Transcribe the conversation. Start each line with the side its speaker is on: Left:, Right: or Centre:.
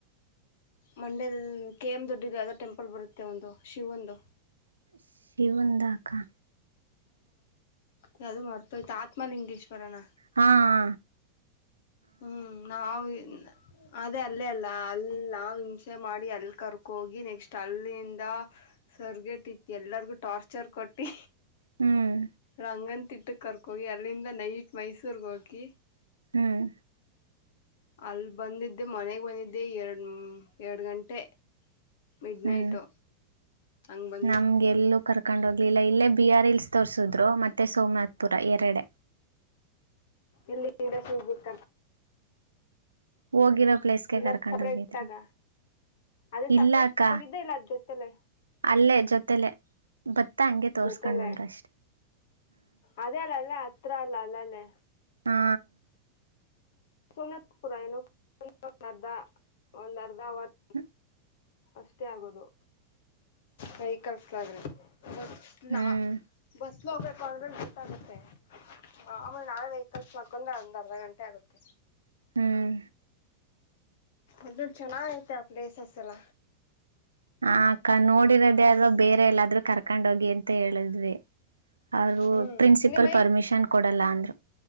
Left: ಮಂಡ್ಯದಲ್ಲಿ ಕೆ ಎಮ್ ದೊಡ್ಡದು ಯದ ಟೆಂಪಲ್ ಬರುತ್ತೆ ಒಂದು ಶಿವೊಂದು
Right: ಶಿವಾನಂದ ಅಕ್ಕ
Left: ಹಾಞ ಅದು ಮರ್ತೋಯ್ತು ಆತ್ಮಲಿಂಗೇಶ್ವರನ
Right: ಹಾ ಹ
Left: ಹ್ಮ್ ನಾವು ಅದೇ ಅಲ್ಲೇ ಅಲ್ಲ ಅಲ್ಲಿ ನಾ ಹಿಂಸೆ ಮಾಡಿ ಅಲ್ಲಿ ಕರ್ಕೋಗಿ ನೆಕ್ಸ್ಟ್ ಅಲ್ಲಿಂದ ಸವರ್ಗೆ ಟ ಎಲ್ಲರಿಗು ಟಾರ್ಚರ್ ಕೊಟ್ಟು
Right: ಹ್ಮ್
Left: ರಂಗನ್ ತಿಟ್ಟ ಕರ್ಕೋಗಿ ಅಲ್ಲಿಂದ ನೈಟ್ ಮೈಸೂರ್ಗೆ ಹೋಗಿ
Right: ಹ್ಮ್
Left: ಅಲ್ ಬಂದಿದ್ದೆ ಮನೆಗ್ ಬಂದಿದ್ದೆ ಎರಡ್ ಎರಡ್ ಗಂಟೆ ಮಿಡ್
Right: ಹ್ಮ್
Left: ನೈಟು ಹಂಗ್ ಬಂದೋ
Right: ನಮ್ಗೆಲ್ಲೂ ಕರ್ಕೊಂಡ್ ಹೋಗ್ಲಿಲ್ಲ ಇಲ್ಲೇ ಬಿ ಆರ್ ಇಿಲ್ಸ್ ತೋರ್ಸಿದ್ರು ಮತ್ತೆ ಸೋಮನಾಥ್ ಪುರ ಎರಡೆ
Left: ಎಲ್ಲಿ ಗಡ ಶಬಿಟ್ಟ
Right: ಹೋಗಿರೋ ಪ್ಲೇಸ್ಗೆ
Left: ಇಲ್ಲ
Right: ಕರ್ಕೊಂಡೋಗಿದ್ರು
Left: ಸಪ್ರೇಟ್ ಆಗ ಅದೇ
Right: ಇಲ್ಲಕ್ಕ
Left: ಸಪ್ರೇಟ್ ತಕೋಗಿದ್ದೆ ಇಲ್ಲ ಅದ್ ಜೊತೆಲೆ
Right: ಅಲ್ಲೇ ಜೊತೆಲೆ ಬತ್ತ ಹಂಗೆ ತೋರ್ಸ್ಕೊಂಡ್
Left: ಜೊತೆಲೆ
Right: ಬಂದ್ರ ಅಷ್ಟೇ
Left: ಅದೇ ಅಲ್ಲ ಅಲ್ಲೇ ಹತ್ರ ಅಲ್ಲ ಅಲ್ಲ ಅಲ್ಲೇ
Right: ಹಾ
Left: ಸು ಪೂರ ಏನು ಅರ್ಧ ಒಂದ್ ಅರ್ಧ ವರ್
Right: ಹ್ಮ
Left: ಅಷ್ಟೇ ಆಗೋದು ವೆಹಿಕಲ್ಸ್ಾದ್ರೆ ಬಸ್
Right: ಹ್ಮ್
Left: ನಾ ಬಸ್ ಸ್ಲೋ ಬೇಕು ಅಂದರೆ ಲೇಟ್ ಆಗುತ್ತೆ ಆಮೇಲೆ ನಾವೇ ವೆಹಿಕಲ್ಸ್ ಮಾಡ್ಕೊಂಡ್ರೆ ಒಂದು ಅರ್ಧ ಗಂಟೆ ಆಗುತ್ತೆ
Right: ಹ್ಮ್
Left: ಅ ಚೆನ್ನ ಐತೆ ಆ ಪ್ಲೇಸಸ್ ಎಲ್ಲ
Right: ಹ ಕ ನೋಡಿರೋದೇ ಅಲ್ವಾ ಬೇರೆ ಎಲ್ಲಾದ್ೂ ಕರ್ಕೊಂಡ್ ಹೋಗಿ ಅಂತ ಹೇಳಿದ್ವಿ ಅವರು
Left: ಹ್ಮ್
Right: ಪ್ರಿನ್ಸಿಪಲ್
Left: ಇಲ್ಲಿ
Right: ಪರ್ಮಿಷನ್ ಕೊಡಲ್ಲ ಅಂದ್ರು